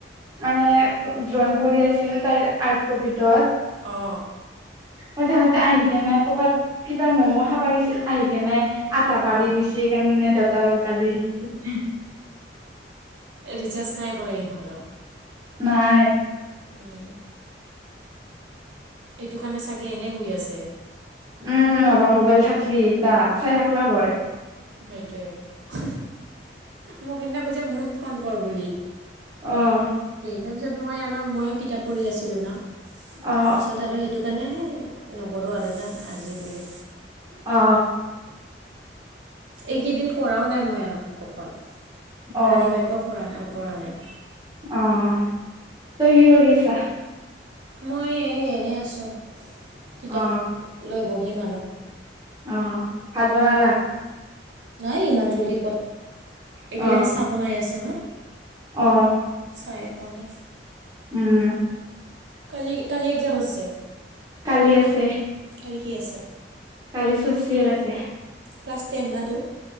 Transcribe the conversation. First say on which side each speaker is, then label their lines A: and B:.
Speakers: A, on the right; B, on the right.
A: মানে ড্ৰয়িং কৰি আছিল তাইৰ আৰ্ট কপিটোত
B: অ।
A: কইথানতে আহি কে নাই কৰ'বাত কিবা ম'ম' খাবা গৈছিল আহি কে নাই আটা পাৰি
B: অঁ
A: দিছি এইকাৰণে দতালৰ গালি হৈছে
B: ৰিচাৰ্জ নাই বলে ইহঁতৰ
A: ভাই,
B: উম। এইটো কাৰণে চাগে এনে শুই আছে।
A: উম! মোবাইল, থাকল এটা <unintelligible>
B: সেইটোৱে মোক সেইদিনা কৈছে মোৰো, ফোন কৰ বুলি
A: আহ!
B: তাৰপিছত মই আৰু ময়ো কিতাপ পঢ়ি আছিলোঁ ন,
A: অ
B: পিছত আৰু সেইটো কাৰণেহে নকৰো আৰু যা। আজি বুলি
A: অ অ
B: এইকেইদিন কৰাও নাই মই আৰু কাকো ফোন।
A: অ
B: ৰাণী বাইকো‌ <unintelligible> কৰা নাই।
A: অ', তই কি কৰি আছা?
B: মই এই এনেই আছো। কিতাপ
A: অ
B: লৈ বহি <inaudible>
A: অ', ভাত বনালা?
B: নাই ইমান জল্দি ক'ত এতিয়াহে
A: অ
B: চাহ বনাই আছে আমাৰ,
A: অ
B: চাহে খোৱা নাই।
A: উম
B: কালি, কালি একজাম আছে?
A: কালি আছে
B: কালি কি আছে?
A: কালি ছ'চিয়েল আছে।
B: ক্লাছ টেন না তোৰ?